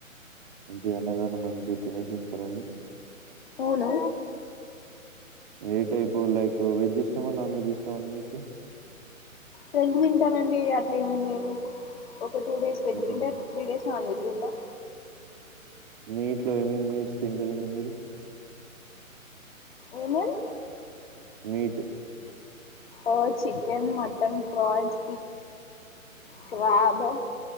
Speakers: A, on the right; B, on the left.
A: మంచిగ అన్నదాన మంచి తినేసి వస్తారాండి
B: ఎవలు
A: ఏ టైపు లైక్ వెజ్ ఇస్టమా నాన్ వెజ్ ఇస్టమా మీకు
B: రెండ్ తింటనండి అట్లే ఏమేమి లేదు ఒక టూ డేస్ వెజ
A: లేదండి.
B: తింటాం త్రీ డేస్ నాన్ వెజ్ తింటాం
A: మీట్ లో ఏమేమి మీట్స్ తింటారండి మీరు
B: ఏమేం
A: మీట్
B: ఆ చికెన్ మటన్ ప్రాన్స్ క్రాబ్